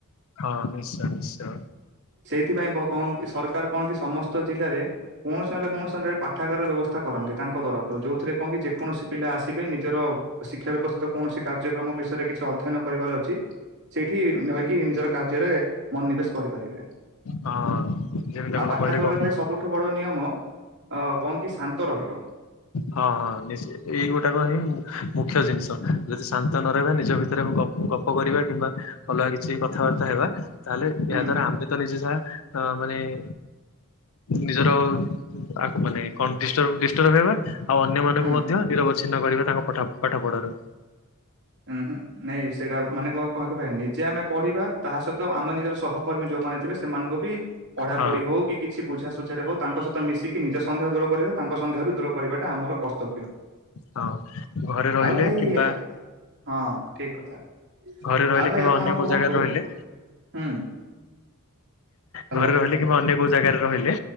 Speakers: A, on the left (about 70°); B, on the right (about 55°).
A: ହଁ ନିଶ୍ଚୟ ନିଶ୍ଚୟ
B: ସେଇଥିପାଇଁ ବ କଣ କି ସରକାର କଣ କି ସମସ୍ତ ଜିଲ୍ଲାରେ କୌଣସି ନହେଲେ କୌଣସି ନରେ ପାଠାଗାରର ବ୍ୟବସ୍ଥା ସ୍ତା କରନ୍ତି ତାଙ୍କ ତରଫରୁ ଯେଉଥିରେ କଣ କି ଯେକୌଣସି ପିଲା ଆସିବେ ନିଜ ନିଜର ଶିକ୍ଷା ବ୍ୟବସ୍ଥିତ କୌଣସି କାର୍ଯ୍ୟକ୍ରମ ବିଷୟରେ କିଛି ଅଧ୍ୟୟନ କରିବାର ଅଛି ସେଇଠି ରହିକି ନିଜର କାର୍ଯ୍ୟରେ ମନୋନିବେଶ କରିପାରିବେ।
A: ହଁ ଯେମିତି ଆପଣ
B: ଆଉ ପାଠଘରରେ
A: କହିଲେ କଣ ହଁ
B: ଭାଇ ସବୁଠୁ ବଡ ନିୟମ ଅ କଣ କି ଶାନ୍ତ ରହିବ।
A: ହଁ ହଁ ନିସ୍ ଏଇଗୋଟାକ ହିଁ ମୁଖ୍ୟ ଜିନିଷ ଯଦି ଶାନ୍ତ ନ ରହିବ ନିଜ ଭିତରେ ଗ ଗପ କରିବା କିମ୍ବା ଅଲଗା କିଛି କଥାବାର୍ତ୍ତା ହେବା ତାହେଲେ
B: ହୁଁ
A: ଏହା ଦ୍ଵାରା ଆମେ ତ ନିଜେ ଯାହା ଅ ମାନେ-ଏ-ଏ ନିଜର-ଅ-ଅ ଆ ମାନେ କଣଡି ଡିଷ୍ଟ ଡିଷ୍ଟର୍ବ ହେବା। ଆଉ ଅନ୍ୟ ମାନଙ୍କୁ
B: ହୁଁ
A: ମଧ୍ୟ ନିରବିଚ୍ଛିନ୍ନ କରିବେ ତାଙ୍କ ପଠ ପାଠ ପଢାରୁ
B: ଉଁ ହୁଁ ନାଇଁ ସେଇଟା ମାନେ କଣ କଣ କ ନିଜେ ଆମେ ପଢିବା ତାହା ସହିତ ଆମେ ନିଜର ସହ କର୍ମୀ ଯୋଉମାନେଥିବେ ସେମାନଙ୍କୁ ବି ପଢା
A: ହଁ
B: ପଢି ହଉ କିଛି ବୁଝାସୁଝାରେ ହେଉ ତାଙ୍କ ସହିତ ମିଶିକି ନିଜ ସନ୍ଦେହ ଦୂର କରିବେ ତାଙ୍କ ସନ୍ଦେହ ବି ଦୁର କରିବାଟା ଆମର ଉ କର୍ତଵ୍ୟ
A: ହଁ ଘରେ ରହିଲେ
B: ଆଉ ଭାଇ
A: କିମ୍ବା
B: ଆ ହଁ ଠିକ କଥା
A: ଘରେ ରହିଲେ
B: ଆଉ ଭାଇ
A: କିମ୍ବା
B: ଆପଣ
A: ଅନ୍ୟ କୋଉ
B: କୁହନ୍ତୁ,
A: ଜାଗାରେ ରହିଲେ
B: ହୁଁ ହ୍ୟାଲୋ
A: ଘରେ ରହିଲେ କିମ୍ବା ଅନ୍ୟ କୋଉ ଜାଗାରେ ରହିଲେ